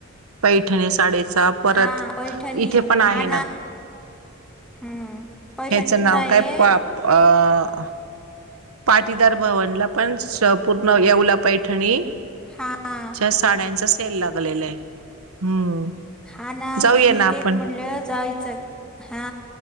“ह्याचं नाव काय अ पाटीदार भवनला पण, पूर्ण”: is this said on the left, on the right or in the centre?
Right